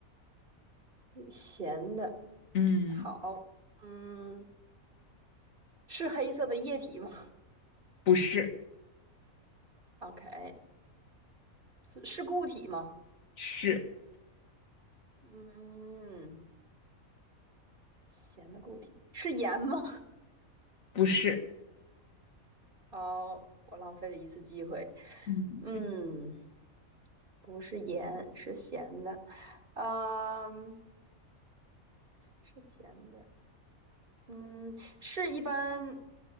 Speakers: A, on the right (about 40°); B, on the left (about 70°).
A: 咸的，
B: 嗯，
A: 好，嗯，是黑色的液体吗
B: 不是，
A: ？OK，是是固体吗？
B: 是
A: 嗯，咸的固体是盐吗？
B: 不是？
A: 哦，我浪费了一次机会。
B: 嗯，
A: 嗯，不是盐，是咸的，嗯，是咸的。嗯，是一般